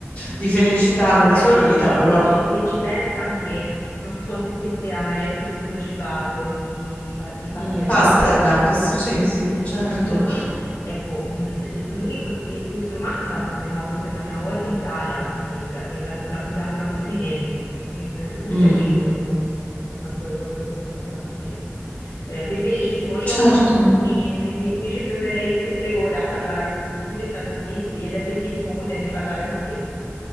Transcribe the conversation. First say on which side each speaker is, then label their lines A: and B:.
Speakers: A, on the left; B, on the left.
A: di felicità nella
B: Vabbè,
A: sua
B: ma anche
A: vita, però
B: se ci, se ci pensi, anche, non so te- se te hai mai letto il dottor Givago di, di, Pa- di Pasternak.
A: mm, Pasternak, sì, sì, sì,
B: E
A: certo.
B: anche lui, ecco, mh, l- lui, que- e questo romanzo è stato pubblicato per la prima volta in Italia, mi sembra, de- l'ha l'ha pubblicato la Feltrinelli, in Russia
A: Mm,
B: è uscito non so quanto, dopo non so quanto tempo. Eh, be- bellissimo, io
A: certo.
B: mi, mi, mi- mi ci fionderei se- tre ore a parlare di, di questi argomenti ed è bellissimo poterne parlare con te.